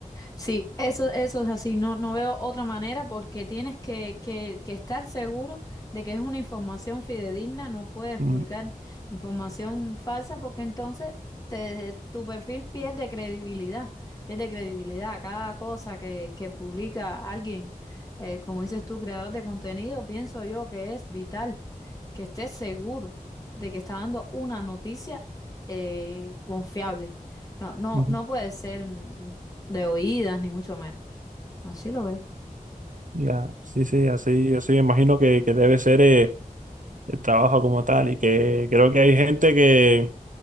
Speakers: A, on the left (about 25°); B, on the right (about 60°).
A: Sí, eso, eso es así. No, no veo otra manera porque tienes que, que, que estar seguro de que es una información fidedigna. No puedes
B: Mm,
A: publicar información falsa porque entonces te, tu perfil pierde credibilidad. Pierde credibilidad. Cada cosa que, que publica alguien, eh, como dices tú, creador de contenido, pienso yo que es vital que estés seguro de que está dando una noticia eh, confiable. No, no,
B: ujú.
A: no puede ser de oídas, ni mucho menos. Así lo veo.
B: Ya, Sí, sí, así, así me imagino que, que debe ser. eh, el trabajo como tal. Y que creo que hay gente que,